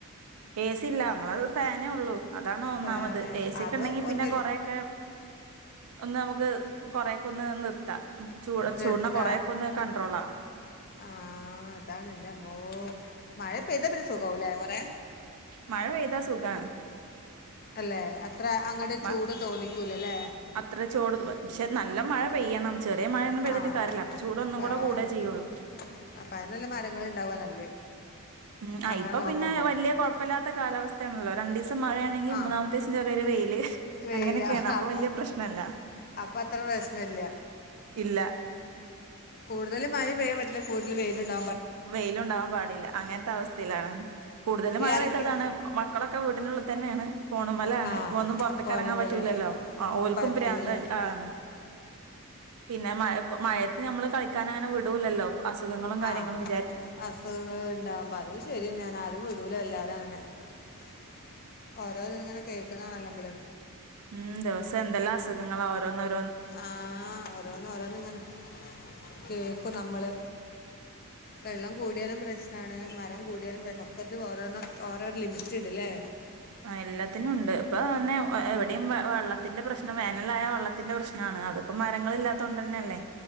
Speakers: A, on the right; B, on the left.
A: ഏ സി ഇല്ല നമ്മളത് ഫാനേ ഉള്ളു. അതാണ് ഒന്നാമത്
B: പിന്നെ
A: ഏ സി
B: അത്
A: ഒക്കെ ഉണ്ടെങ്കി
B: ഒന്നിൽ
A: പിന്നെ കൊറേക്കെ ഒന്ന് നമുക്ക് കൊറേക്കൊന്ന് നിർത്താം. ചൂട്
B: നിർത്ത
A: ചൂടിനെ കൊറെയൊക്കെ ഒന്ന് കൺട്രോളാ
B: ആഹ് അതാണ് എന്റ അമ്മോ മഴ പെയ്താ പിന്നേ സുഖാവൂലെ ല്ലേ കൊറേ
A: മഴ പെയ്താ സുഖാണ്
B: അല്ലെ അത്ര അങ്ങടെ
A: മ
B: ചൂട് തോന്നിക്കും. ക്കൂലല്ലേ
A: അത്ര ചോട് ഷെ നല്ല മഴ പെയ്യണം ചെറിയ മഴയൊന്നും പെയ്തിട്ട്
B: ആ
A: കാര്യല്ല അപ്പൊ ചൂട് ഒന്നുകൂടെ
B: കാ-
A: കൂടെ ചെയ്യുള്ളൂ
B: അപ്പം അത് നല്ല മരങ്ങൾ ഉണ്ടാവുക നല്ല
A: ഉം ആ
B: അങ്ങനെ
A: ഇപ്പൊ
B: നോക്കുമ്പോൾ
A: പിന്നെ വലിയ കുഴപ്പമല്ലാത്ത കാലാവസ്ഥയാണല്ലോ രണ്ടു ദിവസം മഴയാണെങ്കിൽ
B: ആ
A: മൂന്നാമത്തെ ദിവസം ചെറിയൊരു വെയില്
B: വെയില
A: അങ്ങനൊക്കെയാണ് അപ്പൊ
B: അപ്പോൾ
A: വലിയ പ്രശ്നല്ല
B: അപ്പോൾ അത്ര പ്രശ്നമില്ല
A: ഇല്ല
B: കൂടുതൽ മഴ പെയ്യാൻ പറ്റില്ല കൂടുതൽ വെയിലുണ്ട
A: വെയിലുണ്ടാവാൻ പാടില്ല അങ്ങനത്തെ അവസ്ഥയിലാണ് കൂടുതല്
B: ഈ
A: മഴ
B: അലക്കി
A: പെയ്തതാണ് മ മക്കളൊക്ക വീട്ടിനുള്ളിൽ തന്നെയാണ് ഫോണും മേലാണ്
B: ആ
A: ഒന്നും പുറത്തേക്ക്
B: ഓടുമ്പില്ലല്ലോ
A: ഇറങ്ങാൻ പറ്റൂലല്ലോ ആ ഓർക്കും
B: പറ്റൂല
A: പ്രാന്ത ആ ആണ് പിന്നെ മഴ മഴത്ത് ഞമ്മള് കളിക്കാൻ അങ്ങനെ വിടൂല്ലല്ലോ അസുഖങ്ങളും കാര്യങ്ങളും
B: ആ അസുഖങ്ങൾ ഉണ്ടാകുമ്പോ അതും ശരി തന്നെ ആണ് ആരും വിടുല എല്ലാരും <unintelligible> ഓരോ ഇത് ഇങ്ങനെ കേക്കുന്നാണല്ലോ നമ്മള്
A: ഉം ദിവസം എന്തെല്ലാം അസുഖങ്ങള ഓരോന്ന് ഒ
B: ആഹ് ഓരോന്ന് ഓരോന്ന് ഇങ്ങനെ കേക്കും നമ്മള് വെള്ളം കൂടിയാലും പ്രശ്നമാണ് മരം കൂടിയാലും ഒക്കക്കെ ഓരോരോ ഓരോ ലിമിറ്റ് ഉണ്ട്ല്ലേ
A: ആ എല്ലാത്തിനുണ്ട് ഇപ്പൊ തന്നെ എവിടെയും വെ വെള്ള ത്തിന്റെ പ്രശ്നം വേനലായാ വെള്ളത്തിന്റെ പ്രശ്നമാണ് അതിപ്പം മരങ്ങളില്ലാത്ത കൊണ്ട് തന്നെയല്ലേ